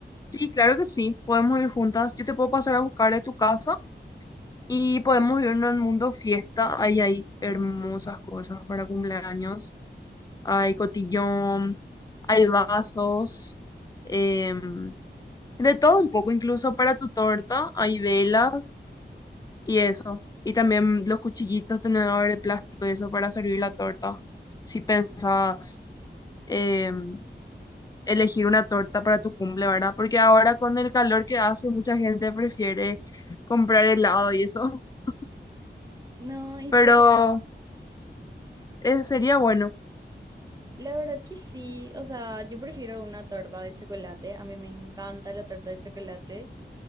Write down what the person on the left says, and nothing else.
Sí, claro que sí, podemos ir juntas. Yo te puedo pasar a buscar de tu casa y podemos irnos al mundo fiesta. Ahí hay hermosas cosas para cumpleaños. Hay cotillón, hay vasos, em, de todo un poco, incluso para tu torta hay velas. y eso. Y también los cuchillitos, tenedores de plástico y eso para servir la torta. Si pensabas em, elegir una torta para tu cumple, ¿verdad? Porque ahora con el calor que hace, mucha gente prefiere comprar helado y eso. <laughs>
Pero
eh, sería bueno.